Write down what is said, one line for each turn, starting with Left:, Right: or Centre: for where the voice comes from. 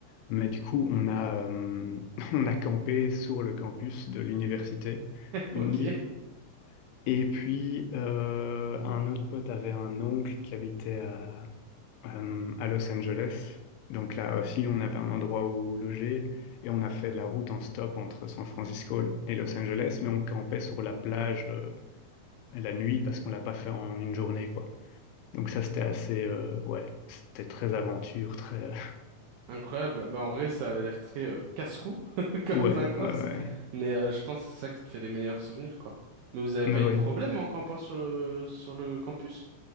Left: Mais du coup, on a, euh, <laughs> on a campé sur le campus de l'université une
Right: Ok.
Left: nuit. Et puis, euh, un autre pote avait un oncle qui habitait à euh, à Los Angeles. Donc là aussi, on avait un endroit où loger et on a fait la route en stop entre San Francisco et Los Angeles, mais on campait sur la plage euh, la nuit parce qu'on l'a pas fait en une journée, quoi. Donc ça, c'était assez, euh, ouais, c'était très aventure, très, euh,
Right: Incroyable. Bah, en vrai, ça avait l'air très euh, casse-cou <laughs>
Left: <laughs>
Right: comme
Left: ouais,
Right: vacances.
Left: ouais, ouais,
Right: Mais euh, je pense que c'est ça qui te fait les meilleurs souvenirs, quoi. Mais vous avez
Left: mais
Right: pas eu
Left: ouais.
Right: de problème en campant sur le, sur le campus?